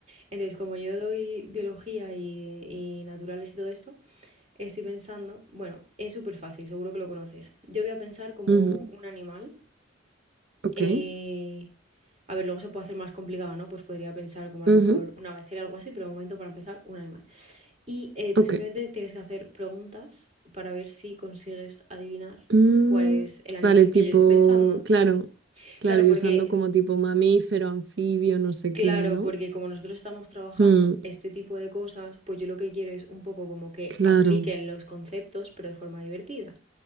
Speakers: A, on the right (about 35°); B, on the right (about 60°).
A: entonces como yo doy biología y, y naturales y todo esto, Estoy pensando, bueno, es súper fácil, seguro que lo conoces. Yo voy a pensar como
B: Ujú,
A: un animal.
B: ok.
A: eh, a ver, luego se puede hacer más complicado, ¿no? Pues podría pensar como a
B: ujú,
A: lo mejor una becera o algo así, pero de momento para empezar, un animal. Y eh,
B: ok.
A: tú simplemente tienes que hacer preguntas para ver si consigues adivinar
B: Mm,
A: cuál es el animal
B: vale, tipo,
A: que yo estoy pensando.
B: claro, claro,
A: Claro,
B: y
A: porque,
B: usando como tipo mamífero, anfibio, no sé
A: claro,
B: qué, ¿no?
A: porque como nosotros estamos trabajando
B: Mm,
A: este tipo de cosas, pues yo lo que quiero es un poco como que
B: claro.
A: apliquen los conceptos, pero de forma divertida.